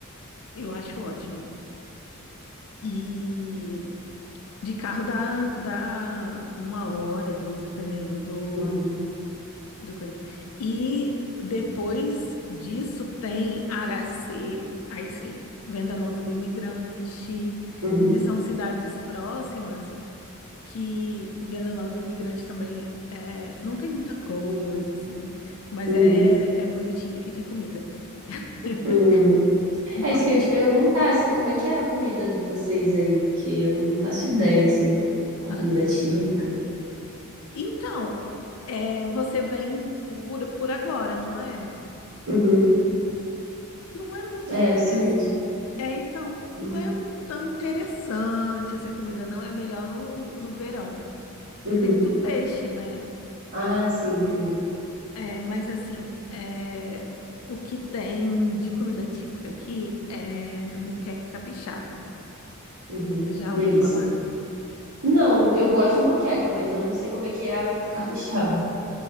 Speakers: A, on the left; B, on the right.
A: eu acho ótimo. E de carro dá, dá uma hora, duas, dependendo do,
B: uhum,
A: do coisa. E depois disso tem Aracê, aí sim, Venda Nova do Imigrante,
B: uhum,
A: que são cidades próximas. que Venda Nova do Imigrante também é, não tem muita coisa, assim, mas
B: uhum.
A: é, é bonitinho e tem comida. <laughs>
B: Hum.
A: Importante.
B: É isso que eu ia te perguntar, assim, como é que é a comida de vocês aí? Porque eu não faço ideia, assim, com
A: Aham.
B: comida típica.
A: Então, é, você vem por, por agora, não é?
B: Uhum.
A: Não é muito
B: É,
A: interessante.
B: isso mesmo.
A: É, então, não
B: Uhum,
A: é tão interessante assim, a comida, não. É melhor no, no verão, porque
B: uhum.
A: tem muito peixe, né?
B: Ah, sim, entendi.
A: É, mas assim, é, o que tem de comida típica aqui é moqueca capixaba.
B: Uhum.
A: Você já
B: Delícia.
A: ouviu falar?
B: Não, eu gosto de moqueca, mas eu não sei como é que é a a capixaba.